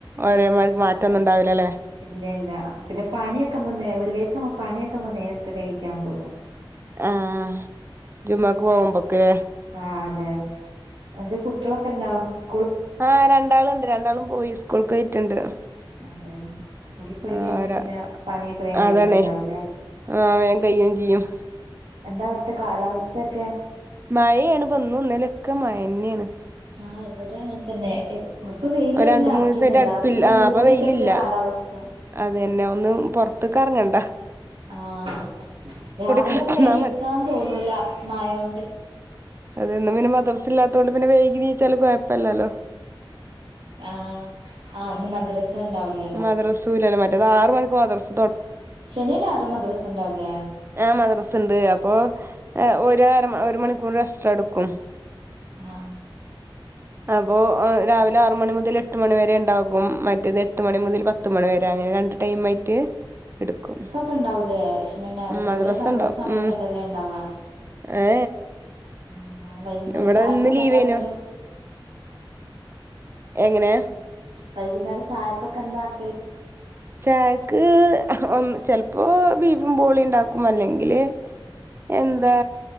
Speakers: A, on the right; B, on the right.
A: ഒരേമാരി മാറ്റൊന്നും ഉണ്ടാവൂലാല്ലേ.
B: ഇല്ല ഇല്ല പിന്നെ പണിയൊക്കെ നമ്മു നേ വെള്ളിയാഴ്ച നമു പണിയൊക്കെ മു നേര ത്തെ കഴിക്കാൻ തോ
A: ആഹ് ജുമാക്ക് പോവുമ്പക്ക്
B: ആഹ് അതെ. എന്റെ കുട്ടിയളൊക്കെ ഉണ്ടാവും സ്
A: ആഹ് രണ്ടാളുണ്ട് രണ്ടാളും പോയി സ്കൂൾക്ക് പോയിട്ടുണ്ട്
B: അതെ സ്ക്കൂളി പോയി
A: ആഹ്
B: കഴിഞ്ഞാ
A: ഒരാ
B: പിന്നെ പണിയൊക്കെ വേം കഴിയലുണ്ടാവുല്ലേ
A: അതാണേ ആഹ് വേം കയ്യും ഇഞ്ചിയും
B: എന്താ അവിടുത്തെ കാലാവസ്ഥൊക്കെ
A: മഴയാണ് ഇപ്പം ഇന്നും ഇന്നലൊക്കെ മഴന്നെയാണ്
B: ആഹ് ഇവിടെയും അങ്ങനെ തന്നെ എ ഇപ്പം വെയിലെല്ലാം
A: ഇപ്പൊ രണ്ട്
B: അറക്കുന്നില്ല
A: മൂന്ന് ദിവസായിട്ട് അടുപ്പില്ല
B: ഫുള്ള്
A: ആ
B: മൂടി
A: അപ്പൊ വെയിലില്ല
B: കെട്ടിയ കാലാവസ്ഥ
A: അതന്നെ ഒന്നും പൊറത്ത്ക്ക് എറങ്ങണ്ട
B: ആഹ് രാവിലെ
A: കിടന്നാ
B: ഒന്നും എണീക്കാൻ തോന്നൂല മയൊണ്ട്
A: അതന്നെ പിന്നെ മദ്റസ ഇല്ലാത്തോണ്ട് പിന്നെ വൈകി എനീച്ചാലും കൊഴപ്പം ഇല്ലല്ലോ
B: ആഹ് ആ ഇന്ന് മദ്രസ് ഉണ്ടാവില്ലേ
A: മദ്രസൂ ഇല്ലല്ലേ മറ്റേത് ആറ് മണിക്ക് മദ്രസ്
B: ശനിയും ഞായറും മദ്രസ ഉണ്ടാവൂലേ
A: ആ മദ്രസിണ്ട് അപ്പൊ അ ഒര്അര ഒരു മണിക്കൂർ എസ്ട്രായെടുക്കും
B: അതെയാ
A: അപ്പോ എ രാവിലെ ആറ് മണി മുതല് എട്ട് മണി വരെ ഇണ്ടാകും മറ്റേതെ ട്ട് മണി മുതൽ പത്ത് മണി വരെ അങ്ങനെ രണ്ട് ടൈമായിട്ട് എടുക്കും
B: പ്പണ്ടാവൂലേ ശനിയും ഞായറൊക്കെ
A: മദ്രസ
B: ഒരേ സമയ
A: ഉണ്ടാവും
B: ഒരു സമയത്തല്ലല്ലേ
A: ഉം
B: ഇണ്ടാവാ
A: ഏ
B: ആ വൈകുന്നേരം
A: ഇവിടെ
B: ചായക്കൊക്കെന്താക്ക്ന്ന്
A: ഇന്ന് ലീവേനു എങ്ങനെ
B: വൈകുന്നേരം ചായക്കൊക്കെന്താക്കല്
A: ചായക്ക് ചെലപ്പോ ബീഫും പൂളിയും ഉണ്ടാക്കും അല്ലെങ്കില് എന്താ